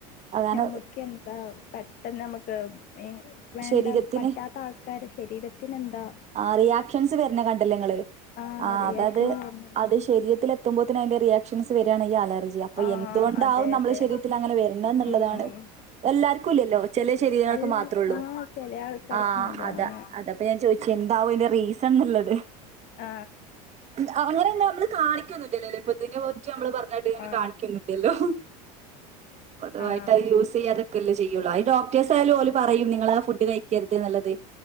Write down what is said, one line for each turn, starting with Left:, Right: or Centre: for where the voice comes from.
Right: അങ്ങനെ
Left: നമ്മക്കെന്താ പെട്ടെന്ന് മ്മക്ക് ഏ വേണ്ട
Right: ശരീരത്തിന്
Left: പറ്റാത്താൾക്കാര ശരീരത്തിനെന്താ
Right: ആ റിയാക്ഷൻസ് വര്ന് കണ്ട്ല്ലേ ങ്ങള്
Left: ആഹ്
Right: ആ
Left: റിയാക്ഷൻ
Right: അതാത്
Left: വരുന്ന
Right: അത് ശരീരത്തിൽ എത്തുമ്പോത്തിനതിന്റെ റിയാ ക്ഷൻസ് വെരാണെങ്കി അലർജി അപ്പൊ
Left: ആഹ്
Right: യെന്തുകൊണ്ടാവും
Left: അതെ
Right: നമ്മളെ
Left: അതെ
Right: ശരീരത്തിലങ്ങനെ വര്ന്ന് ന്ന്ള്ളതാണ്
Left: ഉം
Right: - എല്ലാർക്കുല്ലല്ലോ? ചെലേ ശരീരങ്ങൾക്ക്
Left: എല്ലാ
Right: മാത്രേ ള്ളൂ.
Left: ആ ചെല ആൾക്കാർക്കുണ്ട്
Right: ആ അത
Left: അങ്ങനെ
Right: അതെപ്പ ഞാൻ ചോയ്ച്ച്. പെ ന്താവും അയിന്റെ റീസൺ ന്ന്ള്ളത്.
Left: ആ
Right: ഉ ആ ങ്ങള് ന്നെ മ്മള് കാണിക്കൊന്നുല്ലല്ലോ ത് പ്പ തിനുറിച്ച് നമ്മള് പറഞ്ഞത്
Left: ആ
Right: കാണിക്കൊന്നുല്ലല്ലോ? പൊതുവായിട്ടവര്
Left: ആ
Right: യൂസീ യ്യാതൊക്കെല്ലേ ചെയ്യൊള്ളൂ അത് ഡോക്ടേഴ്സായാലും ഓല് പറയും നി ഫുഡ് കഴിക്കരുത് ന്ന്ള്ളത്